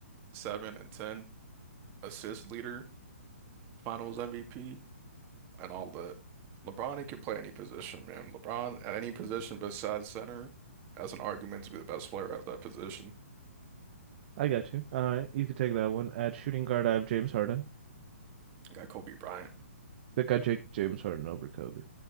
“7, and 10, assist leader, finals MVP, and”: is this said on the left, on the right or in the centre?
Right